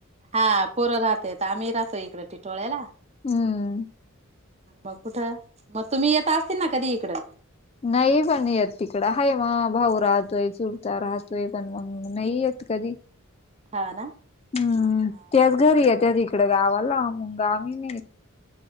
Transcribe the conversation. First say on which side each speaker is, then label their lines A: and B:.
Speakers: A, on the right; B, on the left.
A: हा पोरं राहत्यात आम्ही राहतो इकड टिटोळ्याला
B: हम्म
A: मग कुठं मग तुम्ही येत असतील ना कधी इकडं
B: नाही आम्ही येत तिकड आहे म भाऊ राहतोय चुलता राहतोय पण मग नाही येत कधी
A: हा ना
B: हम्म
A: हा
B: तेच घरी येतत इकडं गावाला <unintelligible>